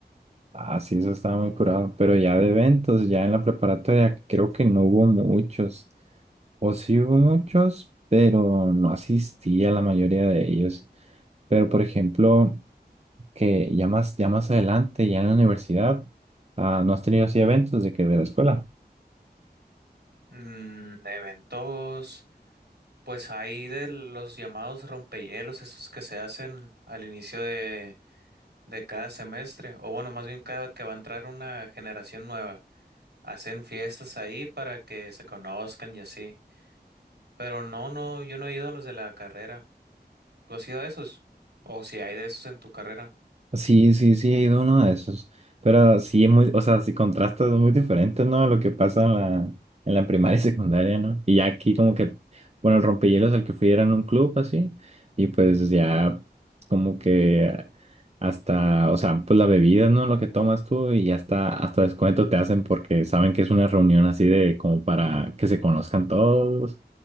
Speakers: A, on the right; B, on the right.
A: Ah, sí, eso estaba muy curado. Pero ya de eventos, ya en la preparatoria, creo que no hubo muchos. O sí hubo muchos, pero no asistí a la mayoría de ellos. Pero, por ejemplo, que ya más, ya más adelante, ya en la universidad, ah, ¿no has tenido así eventos de que de la escuela?
B: Mm, de eventos, pues hay de los llamados rompehielos, esos que se hacen al inicio de, de cada semestre, o bueno, más bien cada que va a entrar una generación nueva, hacen fiestas ahí para que se conozcan y así. Pero no, no, yo no he ido a los de la carrera. ¿Tú has ido a esos? ¿O si hay de esos en tu carrera?
A: Sí, sí, sí, he ido a uno de esos. Pero sí es muy, o sea, si contrastas es muy diferente, ¿no? A lo que pasa en la, en la primaria y <laughs> secundaria, ¿no? Y ya aquí como que, bueno, el rompehielos al que fui era en un club así, y pues ya como que hasta, o sea, pues la bebida, ¿no? Lo que tomas tú y hasta, hasta descuento te hacen porque saben que es una reunión así de como para que se conozcan todos.